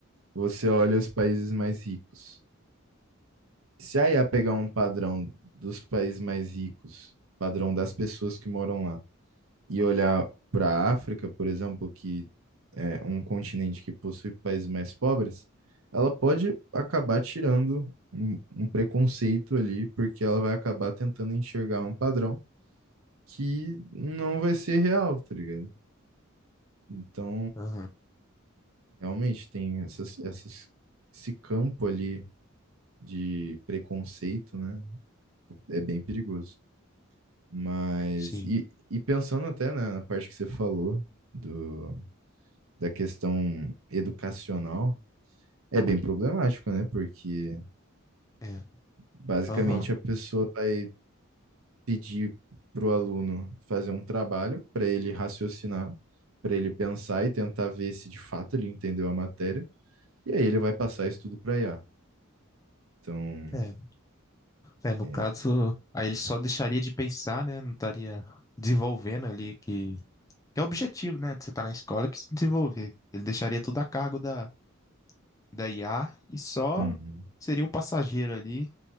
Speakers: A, on the right; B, on the left.
A: você olha os países mais ricos. Se a IA pegar um padrão dos países mais ricos, padrão das pessoas que moram lá, e olhar para a África, por exemplo, que é um continente que possui países mais pobres, ela pode acabar tirando um, um preconceito ali, porque ela vai acabar tentando enxergar um padrão que não vai ser real, tá ligado? Então,
B: Aham.
A: realmente tem essas, essas, esse campo ali de preconceito, né? É bem perigoso. Mas,
B: Sim.
A: e, e pensando até, né, na parte que você falou do, da questão educacional, é bem problemático, né? Porque
B: É.
A: basicamente
B: Aham.
A: a pessoa vai pedir para o aluno fazer um trabalho, para ele raciocinar, para ele pensar e tentar ver se de fato ele entendeu a matéria. E aí ele vai passar isso tudo para IA. Então,
B: É. É, no
A: é,
B: caso, aí ele só deixaria de pensar, né? Não estaria desenvolvendo ali que, que é o objetivo, né? de Você estar na escola é pra se desenvolver. Ele deixaria tudo a cargo da da IA e só
A: uhum.
B: seria um passageiro ali